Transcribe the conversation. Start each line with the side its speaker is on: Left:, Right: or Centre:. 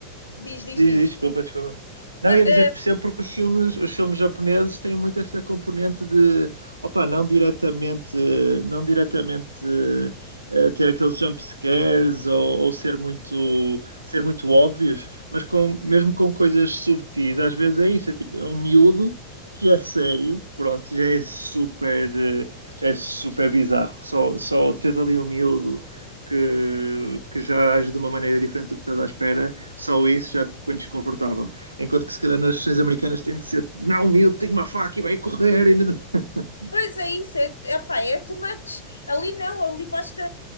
Left: diz, diz,
Right: Diz,
Left: diz.
Right: diz, desculpa, desculpa.
Left: Não,
Right: Não, ia
Left: uh,
Right: dizer que percebo porque os filmes, os filmes japoneses têm muito essa componente de, opa, não diretamente, não diretamente eh, ter aqueles jump scares ou, ou ser muito, ser muito óbvios, mas com, mesmo com coisas subtis, às vezes é isso, é tipo, é um miúdo que é sério, pronto, já é super, eh, já é super bizarro. Só, só tens ali um miúdo que, que já age de uma maneira diferente do que estás à espera só isso já te põe desconfortável. Enquanto que se calhar nas sessões americanas tem de ser, não, miúdo, tenho uma faca e vai correr. E... não-" <laughs>
Left: Pois é isso, é, epá, é tomates. Ali não, ali basta